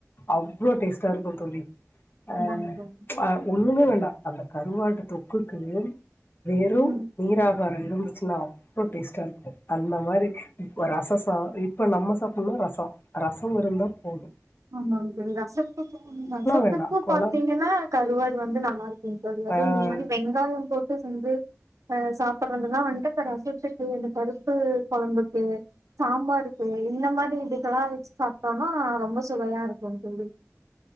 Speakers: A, on the left (about 40°); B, on the right (about 80°).
A: அவ்ளோ டேஸ்ட்டா இருக்கும் தோழி அ
B: ஆமாங் தோழி
A: அ ஒண்ணுமே வேண்டாம் அந்த கருவாட்டு தொக்குக்கு வெறும்
B: ம்
A: நீரா இருந்துச்சுன்னா அவ்ளோ டேஸ்ட்டா இருக்கும் அந்த மாதிரி ரசம் சாதம் இப்ப நம்ம சாப்பிடனும் ரசம் ரசம் இருந்தா போதும்
B: ஆமாக ரசத்துக்கு ரசத்துக்
A: வேண்டாம்
B: உப்பு
A: குழ
B: பாத்தீங்கன்னா கருவாடு வந்து நல்லா இருக்கும் அல்லது
A: ஆ
B: இந்த மாதிரி வெங்காயோ போட்டு வந்து அ சாப்பிடுறதுெல்லா வந்துட்டு ரசத்துக்கு இந்த பருப்பு கொழம்புக்கு சாம்பாருக்கு இந்த மாதிரி இதுக்கெல்லா வச்சு சாப்பிட்டோம்னா ரொம்ப சுவையா இருக்கு தோழி